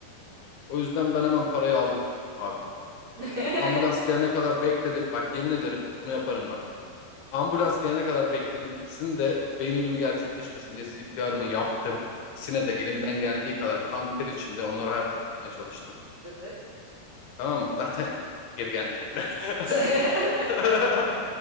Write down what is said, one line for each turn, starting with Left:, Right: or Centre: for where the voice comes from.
Left: o yüzden ben hemen parayı aldım abi.
Right: <laughs>
Left: Ambulans gelene kadar bekledim. Bak yemin ederim bunu yaparım bak. Ambulans gelene kadar bekledim. İkisini de beyin ölümü gerçekleşmesin diye CPR'ımı yaptım. İkisine de elimden geldiği kadar kan ter içinde onları hayatta tutmaya çalıştım.
Right: Evet.
Left: Tamam mı? Zaten geri gelmeyecekler.
Right: <laughs>
Left: <laughs>